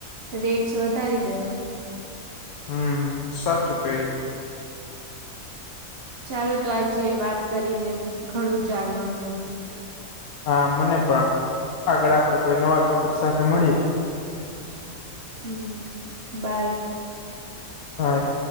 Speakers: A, on the right (about 45°); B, on the left (about 85°).
A: રેટસ વધારી દેવાનુ
B: હમ સાચું કહ
A: ચાલો તો આજે વાત કરીને ઘણું જાણવા મળ્યુ
B: હા મને પણ આગળ આપડે કોઈ નવા ટોપિક સાથે મળીએ
A: હમ બાય
B: હ.